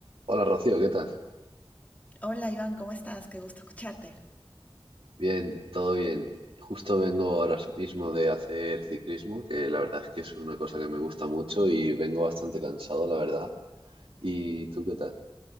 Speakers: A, on the right; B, on the left.
A: Hola Rocío, ¿qué tal?
B: Hola Iván, ¿cómo estás? Qué gusto escucharte.
A: Bien, todo bien. Justo vengo ahora mismo de hacer ciclismo, que la verdad es que es una cosa que me gusta mucho y vengo bastante cansado, la verdad. ¿Y tú qué tal?